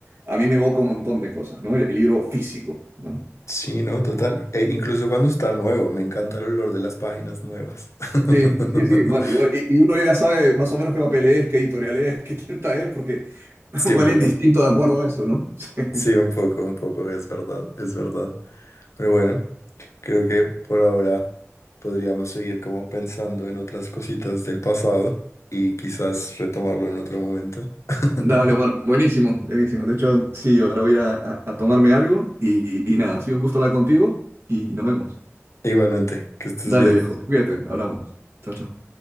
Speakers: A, on the right (about 55°); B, on the left (about 70°).
A: a mí me evoca un montón de cosas, ¿no? El, el libro físico, ¿no?
B: Sí, no, total. E incluso cuando está nuevo, me encanta el olor de las páginas nuevas.
A: Sí,
B: <laughs>
A: sí, sí, igual, igual. Y, y uno ya sabe más o menos qué papel es, qué editorial es, <laughs> qué tinta es, porque <laughs>
B: Sí,
A: Huelen
B: un poco.
A: distinto de acuerdo a eso, ¿no? <laughs>
B: Sí, un poco,
A: Sí.
B: un poco, es verdad, es verdad. Pero bueno, creo que por ahora podríamos seguir como pensando en otras cositas del pasado y quizás retomarlo en otro momento. <laughs>
A: Dale, Omar. Buenísimo, buenísimo. De hecho, sí, ahora voy a ir a, a- a tomarme algo y, y nada, ha sido un gusto hablar contigo y nos vemos.
B: Igualmente, que estés
A: Dale,
B: bien.
A: viejo. Cuídate, hablamos. Chao, chao.